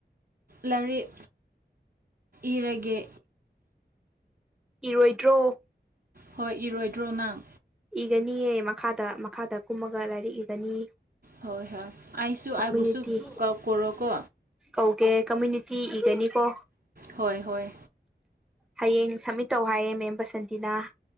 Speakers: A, on the right; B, in the centre.
A: ꯂꯥꯏꯔꯤꯛ ꯏꯔꯒꯦ
B: ꯏꯔꯣꯏꯗ꯭ꯔꯣ
A: ꯍꯣꯏ ꯏꯔꯣꯏꯗ꯭ꯔꯣ ꯅꯪ
B: ꯏꯒꯅꯤꯌꯦ ꯃꯈꯥꯗ ꯃꯈꯥꯗ ꯀꯨꯝꯃꯒ ꯂꯥꯏꯔꯤꯛ ꯏꯒꯅꯤ
A: ꯍꯣꯏ ꯍꯣꯏ ꯑꯁꯨ
B: ꯀꯝꯃꯨꯅꯤꯇꯤ
A: ꯑꯕꯨꯁꯁꯨ ꯀ ꯀꯣꯔꯣ ꯀꯣ
B: ꯀꯧꯒꯦ ꯀꯃꯌꯨꯅꯤꯇꯤ ꯏꯒꯅꯤꯀꯣ
A: ꯍꯣꯏ ꯍꯣꯏ
B: ꯍꯌꯦꯡ ꯁꯝꯃꯤꯠ ꯇꯧ ꯍꯥꯏꯌꯦꯦ ꯃꯦꯝ ꯕꯁꯟꯇꯤꯅ